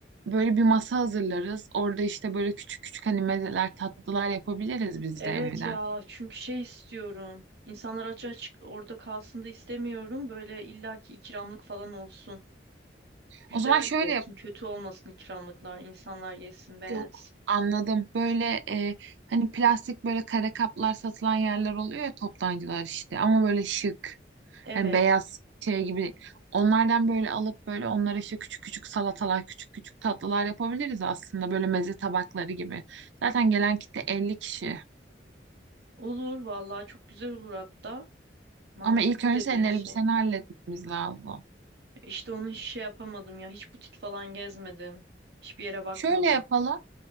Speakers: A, on the right (about 80°); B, on the right (about 60°).
A: böyle bir masa hazırlarız. Orada işte böyle küçük küçük hani mezeler tatlılar yapabiliriz biz
B: evet
A: de evden.
B: ya çünkü şey istiyorum. İnsanlar aç açık orada kalsın da istemiyorum. Böyle illaki ikramlık falan olsun. Güzel
A: O zaman şöyle
B: de olsun,
A: yap.
B: kötü olmasın ikramlıklar. İnsanlar yesin, beğensin.
A: Yok, anladım. Böyle e, hani plastik böyle kare kaplar satılan yerler oluyor ya toptancılar işte. Ama böyle şık.
B: Evet.
A: Hani beyaz şey gibi. Onlardan böyle alıp böyle onlara işte küçük küçük salatalar, küçük küçük tatlılar yapabiliriz aslında. Böyle meze tabakları gibi. Zaten gelen kitle 50 kişi.
B: Olur vallahi çok güzel olur hatta. Mantıklı
A: Ama ilk önce
B: dediğin
A: senin elbiseni
B: şey.
A: halletmemiz lazım.
B: İşte onu hiç şey yapamadım ya. Hiç butik falan gezmedim. Hiçbir yere bakmadım.
A: Şöyle yapalım.